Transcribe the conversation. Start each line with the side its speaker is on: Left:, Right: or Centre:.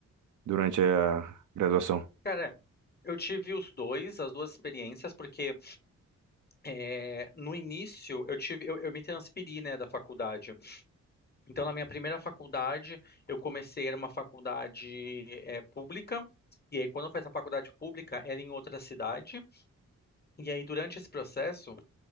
Right: durante a graduação?
Left: Cara, eu tive os dois, as duas experiências, porque É, no início, eu tive, eu, eu me transferi, né, da faculdade. Então, na minha primeira faculdade, eu comecei era uma faculdade é, pública. E aí, quando eu fiz a faculdade pública, era em outra cidade. E aí, durante esse processo,